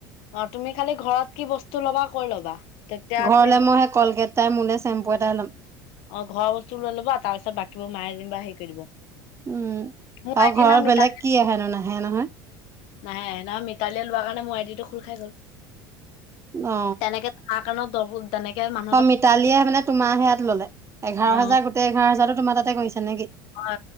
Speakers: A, on the left; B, on the right.
A: অ তুমি খালি ঘৰত কি বস্তু ল'বা কৈ ল'বা। তেতিয়া
B: ঘৰলে
A: তুমি
B: মই সেই কলগেট এটাই মোলে চেম্পু এটাই ল'ম।
A: অ ঘৰৰ বস্তু লৈ ল'ব আৰু তাৰ পিছত বাকীবোৰ মায়ে যেনিবা সেই কৰি দিব।
B: উম
A: মোৰ
B: আৰু
A: আইটি
B: ঘৰৰ
A: নাম মিতালী
B: বেলেগ কি আহেনো নাহে নহয়।
A: নাহে নহয় মিতালীয়ে লোৱা কাৰণে মই আই ডি টো খুল খাই গ'ল
B: অ
A: তেনেকে আকানত দবল তেনেকে মা
B: অ মিতালীয়ে মানে তোমাৰ সেয়াত ল'লে, এঘাৰ
A: অ
B: হাজাৰ গোটেই এঘাৰ হাজাৰটো তোমাৰ তাতে গৈছে নেকি?
A: অ